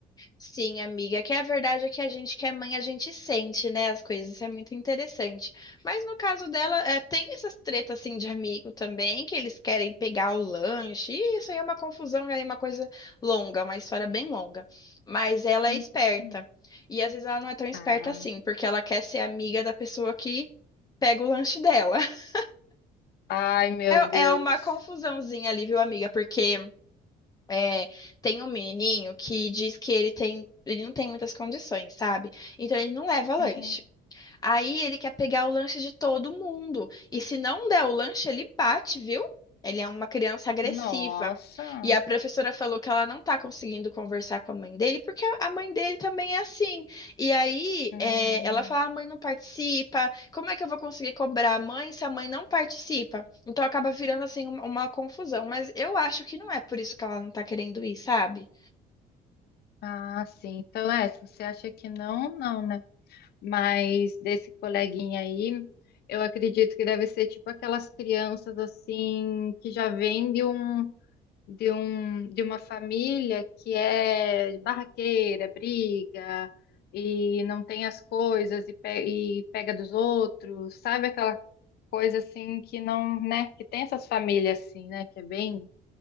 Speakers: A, on the left (about 20°); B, on the left (about 70°).
A: Sim, amiga, que é a verdade é que a gente que é mãe, a gente sente, né, as coisas, isso é muito interessante. Mas no caso dela, é, tem essas tretas, assim, de amigo também, que eles querem pegar o lanche, e isso aí é uma confusão, é uma coisa longa, uma história bem longa. Mas ela
B: Uhum.
A: é esperta, e às vezes ela não é tão esperta
B: Ah.
A: assim, porque ela quer ser amiga da pessoa que pega o lanche dela. <laughs>
B: Ai, meu Deus.
A: É, é uma confusãozinha ali, viu, amiga, porque... É, tem um menininho que diz que ele tem, ele não tem muitas condições, sabe? Então ele não leva lanche.
B: Uhum.
A: Aí ele quer pegar o lanche de todo mundo. E se não der o lanche, ele bate, viu? Ele é uma criança agressiva.
B: Nossa.
A: E a professora falou que ela não tá conseguindo conversar com a mãe dele, porque a mãe dele também é assim. E aí,
B: Hum.
A: é, ela fala: a mãe não participa, como é que eu vou conseguir cobrar a mãe se a mãe não participa? Então acaba virando assim uma, uma confusão. Mas eu acho que não é por isso que ela não tá querendo ir, sabe?
B: Ah, sim. Então, é, se você acha que não, não, né? Mas desse coleguinha aí, eu acredito que deve ser tipo aquelas crianças assim que já vêm de um de, um, de uma família que é barraqueira, briga e não tem as coisas e, pe- e pega dos outros, sabe aquela coisa assim que não, né, que tem essas famílias assim, né, que é bem,